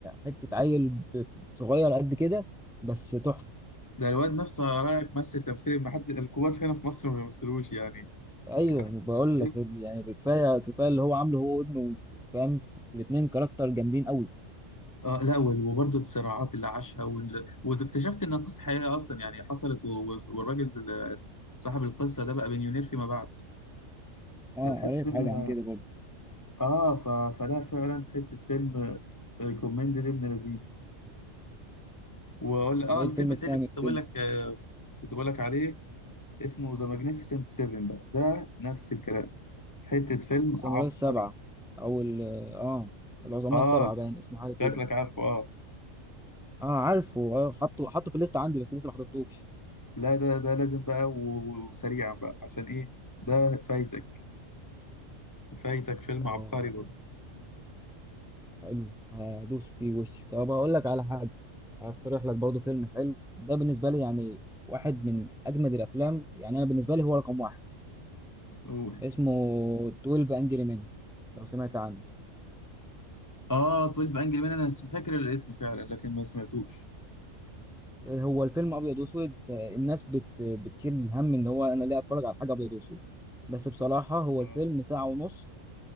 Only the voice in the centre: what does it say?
حته عيل صغير قد كده بس تحفه
ايوه
بقول
لك يعني ده كفايه كفايه اللي هو عامله هو وابنه فاهم الاثنين كاركتر جامدين قوي
اه قريت
حاجه
عن كده برضه
ايه
الفيلم
التاني
اللي-
الساموراي
السبعه او ال- اه العظماء
السبعه باين اسمه حاجه كده
اه عارفه آه، حطه حطه في الليسته عندي بس لسه ما حضرتوش
آه،
حلو هدوس فيه وش طب هقول لك على حاجه هقترح لك برضو فيلم حلو ده بالنسبه لي يعني واحد من اجمد الافلام يعني انا بالنسبه لي هو رقم واحد
اسمه 12 انجري مان لو سمعت عنه
هو الفيلم ابيض واسود فالناس بت بتشيل الهم ان هو انا ليه اتفرج على حاجه ابيض واسود بس بصراحه هو
الفيلم ساعه ونص